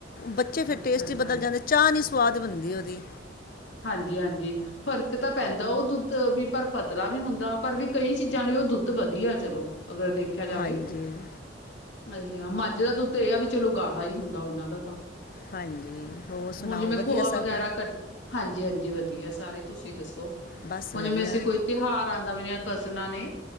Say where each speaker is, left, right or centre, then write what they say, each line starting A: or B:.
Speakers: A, on the left; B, on the left.
A: ਬੱਚੇ ਫਿਰ
B: ਅੱਛਾ
A: ਟੇਸਟ
B: ਅੱਛਾ
A: ਹੀ ਬਦਲ ਜਾਂਦੇ ਚਾਹ ਨਹੀਂ ਸਵਾਦ ਬਣਦੀ ਉਹਦੀ,
B: ਹਾਂਜੀ-ਹਾਂਜੀ। ਫਰਕ ਤਾਂ ਪੈਂਦਾ ਉਹ ਦੁੱਧ ਵੀ ਪਰ ਪਤਲਾ ਵੀ ਹੁੰਦਾ ਪਰ ਵੀ ਕਈ ਚੀਜ਼ਾਂ ਲਈ ਉਹ ਦੁੱਧ ਵਧੀਆ ਚਲੋ। ਅਗਰ ਦੇਖਿਆ ਜਾਵੇ,
A: ਹਾਂਜੀ
B: ਆਹੀ ਆ ਮੱਝ ਦਾ ਦੁੱਧ ਇਹ ਆ ਵੀ ਚਲੋ ਗਾੜਾ ਹੀ ਹੁੰਦਾ ਉਹਨਾਂ ਦਾ ਤਾਂ,
A: ਹਾਂਜੀ ਹੋਰ ਸੁਣਾਓ
B: ਹੁਣ ਜਿਵੇਂ
A: ਵਧੀਆ
B: ਖੋਆ
A: ਸਭ
B: ਵਗੈਰਾ ਕ ਹਾਂਜੀ-ਹਾਂਜੀ, ਵਧੀਆ ਸਾਰੇ ਤੁਸੀਂ ਦੱਸੋ
A: ਬਸ ਵਧੀਆ
B: ਹੁਣ ਜਿਵੇਂ ਅਸੀਂ ਕੋਈ ਤਿਉਹਾਰ ਦਾ ਮੇਰੀਆਂ ਕਜ਼ਨਾ ਨੇ,